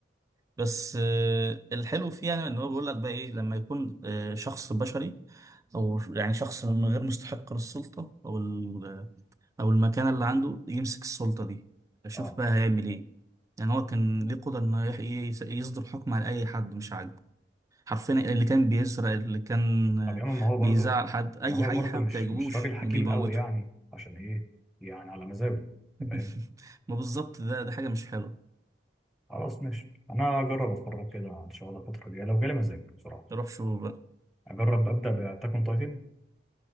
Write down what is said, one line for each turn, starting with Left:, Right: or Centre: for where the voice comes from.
Right: بس آه، الحلو فيه يعني ان هو بيقول لك بقى ايه لما يكون آه، شخص بشري او يعني شخص من غير مستحق للسلطه او ال- آه، او المكانه اللي عنده يمسك السلطه دي اشوف
Centre: اه
Right: بقى هيعمل ايه يعني هو كان ليه قدره انه يح- يس- يصدر حكم على اي حد مش عاجبه حرفيا اللي كان بيسرق اللي كان آه،
Centre: طب يا عم ما هو برضه
Right: بيزعل حد اي
Centre: ما هو
Right: اي
Centre: برضه
Right: حاجه
Centre: مش
Right: ما بتعجبوش
Centre: مش راجل حكيم
Right: بيموته
Centre: قوي يعني عشان ايه يعني على مزاجه
Right: <laughs>
Centre: انت فاهم
Right: ما بالظبط ده ده حاجه مش حلوه
Centre: خلاص ماشي انا اجرب اتفرج كده ان شاء الله الفتره الجايه لو جالي مزاج بصراحه
Right: روح شوف بقى
Centre: اجرب ابدا باتاك اون تايتن